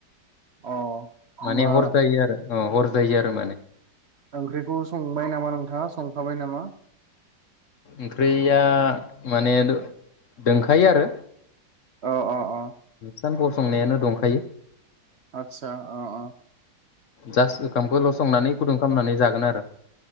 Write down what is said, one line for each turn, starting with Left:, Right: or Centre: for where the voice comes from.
Right: अ। होमबा
Left: माने हरजायो आरो।। अ हर जायो आरो माने।
Right: ओंख्रिखौ संबाय नामा नोंथाङा संखाबाय नामा।
Left: ओंख्रिया माने दोंखायो आरो।
Right: औ अ अ।
Left: सान फसंनायानो दंखायो।
Right: आतसा अ अ।
Left: जास्ट ओंखामखौल संनानै गुदुं खालामनानै जागोन आरो।